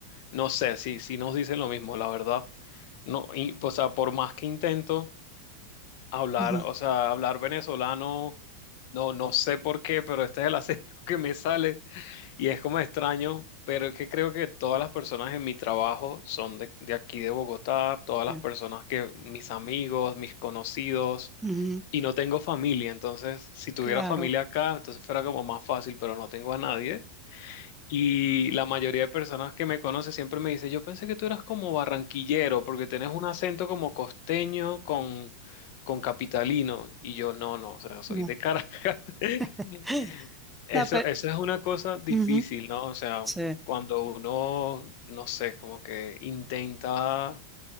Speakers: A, on the left (about 45°); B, in the centre.
A: no sé, si si nos dicen lo mismo, la verdad. No, y, o sea, por más que intento. Hablar,
B: Ujú,
A: o sea, hablar venezolano, no, no sé por qué, pero este es el acento <laughs> que me sale y es como extraño, pero es que creo que todas las personas en mi trabajo son de, de aquí de Bogotá, todas
B: ya.
A: las personas que, mis amigos, mis conocidos,
B: Ujú,
A: y no tengo familia, entonces si tuviera
B: Claro.
A: familia acá, entonces fuera como más fácil, pero no tengo a nadie. Y la mayoría de personas que me conocen siempre me dice, yo pensé que tú eras como barranquillero, porque tenés un acento como costeño con, con capitalino. Y yo, no, no, o sea, soy
B: No,
A: de Caracas. <laughs>
B: <laughs>
A: Eso,
B: no, pero
A: eso es una cosa difícil,
B: ujú,
A: ¿no? O sea,
B: sí,
A: cuando uno, no sé, como que intenta